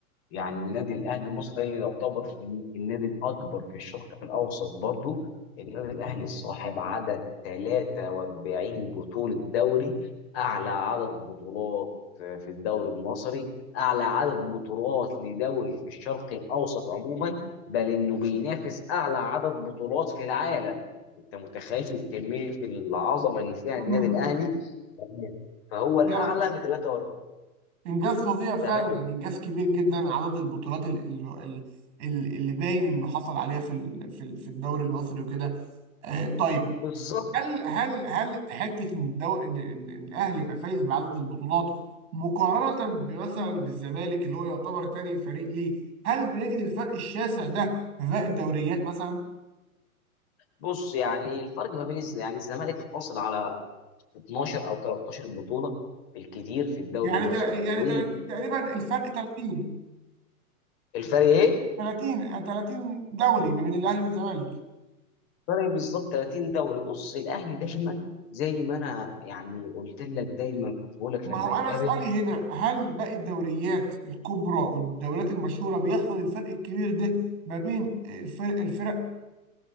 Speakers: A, on the left; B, on the right.
A: يعني النادي الاهلي المصري اللي يعتبر النادي الاكبر في الشرق الاوسط برضو النادي الاهلي صاحب عدد 43 بطوله دوري اعلى عدد بطولات في الدوري المصري اعلى عدد بطولات لدوري في الشرق الاوسط عموما بل انه بينافس اعلى عدد بطولات في العالم انت متخيل كميه العظمه اللي فيها
B: مم.
A: النادي الاهلي
B: مم.
A: تمام. فهو
B: لا
A: الاعلى ب 43
B: انجاز فظيع فعلا
A: تمام
B: يعني انجاز كبير جدا عدد البطولات اللي اللي, اللي باين انه حصل عليها في ال- في ال- في الدوري المصري وكده آه، طيب
A: بالظبط
B: هل هل هل حته ان الدو... ان إن- إن الاهلي يبقى فايز بعدد البطولات مقارنه بمثلا بالزمالك اللي هو يعتبر تاني فريق ليه هل بنجد الفرق الشاسع ده في باقي الدوريات مثلا
A: بص يعني الفرق ما بين الز... يعني الزمالك حاصل على 12 او 13 بطوله بالكتير في الدوري
B: يعني
A: المصري
B: تل... يعني
A: والفرق
B: تل... تقريبا الفرق 30
A: ايه؟
B: 30 30 دوري ما بين الاهلي والزمالك
A: فرق بالظبط 30 دوري بص الاهلي دايما زي ما انا يعني قلت لك دايما كنت بقول لك
B: ما
A: لما
B: هو انا
A: نتقابل
B: سؤالي هنا هل باقي الدوريات الكبرى والدوريات المشهوره بيحصل الفرق الكبير ده ما بين الفرق الفرق